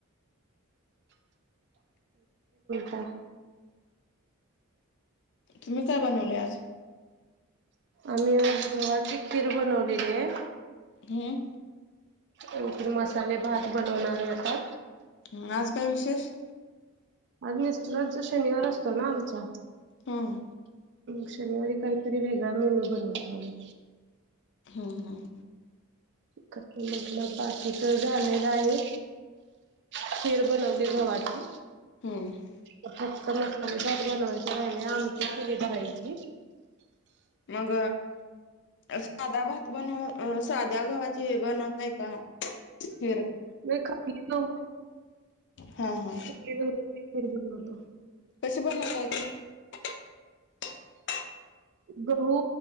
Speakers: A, on the right; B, on the left.
A: ता
B: तुम्ही काय बनवले आज
A: आम्ही आज गव्हाची खीर बनवलेली आहे.
B: हम्म
A: आण त मसाले भात बनवणार आहे आता.
B: ह आज काय विशेष
A: अग्चा शनिवार असतो ना आमचा
B: हम्म
A: शनिवारी काहीतरी वेगळा मेनू बनवतो आम्ही
B: हम हम
A: कस म्हटलं बाकीच झालेलं आहे. खीर बनवली घवा्हाची
B: हम्म
A: फटक नाखली भात बनवायचं राहिला आमची केली ायची.
B: मग साध्या भात बनव साध्या गव्हाचे बनवतय का फिर
A: वे खपली गहू
B: हा हा
A: खपली गहू नीट करू म्हणालतो.
B: कशी बनवताय? <inaudible>
A: गहू